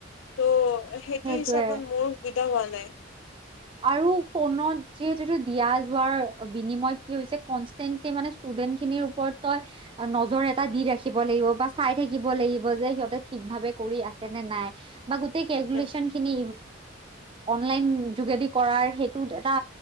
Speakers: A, on the left; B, on the right.
A: ত' সেইটো
B: সেইটোৱে।
A: হিচাপত মোৰ সুবিধা হোৱা নাই।
B: আৰু ফোনত যিহেতুটো দিয়া যোৱাৰ বিনিময়ত কি হৈছে কনষ্টেনলি মানে ষ্টুডেন্ট খিনিৰ ওপৰত তই নজৰ এটা দি ৰাখিব লাগিব বা চাই থাকিব লাগিব যে সিহঁতে ঠিক ভাবে কৰি আছে নে নাই। বা গোটেই কেলকুলেছন
A: হুম
B: খিনি অনলাইন যোগেদি কৰাৰ সেইটোত এটা